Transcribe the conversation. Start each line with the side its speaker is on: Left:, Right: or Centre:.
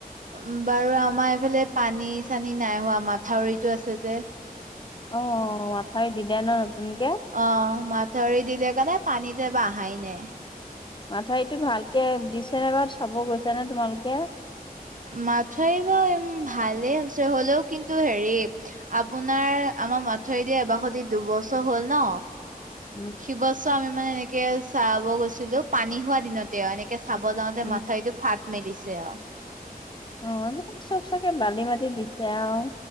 Right: উ বাৰু আমাৰ এইফালে পানী চানী নাই হোৱা মাথাউৰিতো আছে যে
Left: অ আঠাউৰি দিলে ন নতুনকে
Right: অ মাঠাউৰি দিলে কাৰণে পানীত এইবাৰ অহাই নাই
Left: মাথাৰিটো ভালকে দিছে নে বাৰুত চাব গৈছা নে তোমালোকে
Right: মথাউৰি ভালেই হৈছে হলেও কিন্তু হেৰি আপোনাৰ আমাৰ মাথউৰি দি এবাসতি দুবছৰ হল ন
Left: উম
Right: সিবছৰ আমি মানে এনেকে চাব গৈছিলো পানী হোৱা দিনতে এনেকে তে চাব যাওঁতে
Left: উম
Right: মাথাউৰিটো ফাট মেলিছে অ
Left: অ চব চাগে বালি মাটি দিছে আও